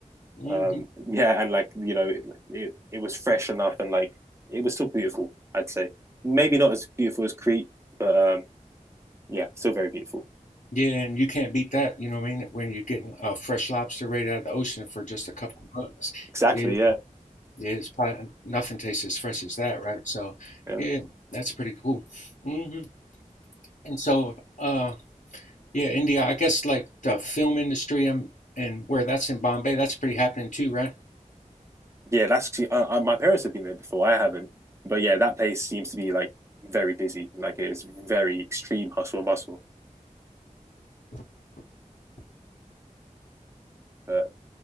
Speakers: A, on the left; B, on the right.
A: hmm
B: Um, yeah, and like you know, it, it it was fresh enough, and like it was still beautiful. I'd say maybe not as beautiful as Crete, but um, yeah, still very beautiful.
A: Yeah, and you can't beat that. You know what I mean? When you're getting uh, fresh lobster right out of the ocean for just a couple bucks.
B: Exactly.
A: Yeah,
B: Yeah.
A: yeah, it's probably nothing tastes as fresh as that, right? So,
B: Yeah,
A: yeah, that's pretty cool. hmm And so, uh, yeah, India, I guess like the film industry and and where that's in Bombay, that's pretty happening too, right?
B: yeah. That's uh, uh, my parents have been there before. I haven't, but yeah, that place seems to be like very busy. Like it is very extreme hustle and bustle. But